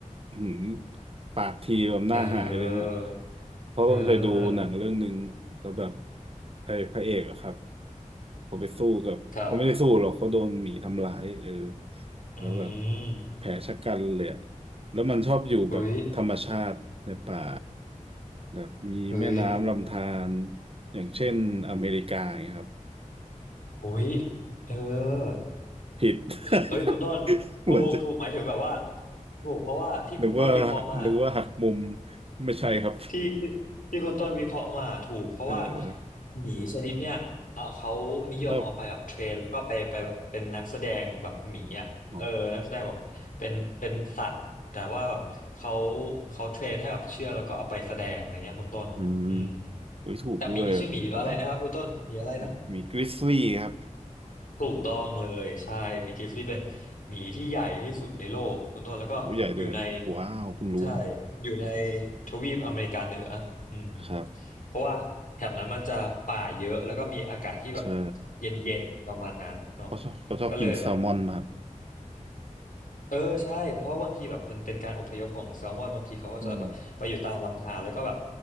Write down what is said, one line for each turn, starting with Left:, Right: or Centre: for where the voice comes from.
Right: อื้อหืมปากทีแบบหน้าหายเลยนะ
Left: เออ
Right: เพราะต้องเคยดูหนังเรื่องหนึ่งแล้วแบบ
Left: เออ
Right: ไอ้พระเอกอะครับเขาไปสู้กับเขาไม่ได้สู้หรอกเขาโดนหมีทำร้ายเออ
Left: ครับ อื
Right: แล้วแบบ
Left: ม
Right: แผลชะกันเลยอะแล้วมันชอบอยู่แบบธรรมชาติในป่า
Left: อุ้ย
Right: แบบมีแม่น้ำลำธาร
Left: เฮ้ย
Right: อย่างเช่นอเมริกาอย่างเงี้ยครับ
Left: อุ้ยเออ
Right: ผิด <laughs>
Left: เฮ้ยคุณต้นถูกถูกหมายถึงแบบว่า
Right: เหมือนจะ
Left: ถูกเพราะว่าที่คุณต้นวิเคราะห์มา
Right: นึกว่านึกว่าหักมุมไม่ใช่ครับ
Left: ที่ที่ที่คุณต้นวิเคราะห์มาถูกเพราะว่า
Right: เออ
Left: หมีชนิดเนี้ยเออเขานิยมเอาไปแบบเทรนแล้วก็ไปไปแบบเป็นนักแสดงแบบหมีอ่ะเออนักแสดงแบบเป็นเป็นสัตว์แต่ว่าแบบเขา
Right: ถ้าอ๋อ
Left: เขาเทรนให้แบบเชื่องแล้วก็เอาไปแสดงอะไรเงี้ยคุณต้นอืม
Right: อืมโอ้ยถูกด้วยว้าว
Left: แต่หมีชื่อหมีอะไรนะครับคุณต้นหมีอะไรนะ
Right: มีมีกริซลี่ครับ
Left: ถูกต้องเลยใช่หมีกริซลี่เป็นหมีที่ใหญ่ที่สุดในโลกคุณต้นแล้วก็อยู่ใน
Right: ตัวใหญ่ด้วยว้าวเพิ่งรู้นะครับ
Left: ใช่อยู่ในทวีปอเมริกาเหนืออืม
Right: ครับ
Left: เพราะว่าแถบนั้นมันจะป่าเยอะแล้วก็มีอากาศที่แบบ
Right: ใช่
Left: เย็นๆประมาณนั้นเนาะ
Right: เขาชอบเขาชอบกินแซลมอนมาก
Left: ก็เลยแบบเออใช่ เพราะว่าบางทีแบบมันเป็นการอพยพของแซลมอนบางทีเขาก็จะแบบไปอยู่ตามลำธารแล้วก็แบบ
Right: อืม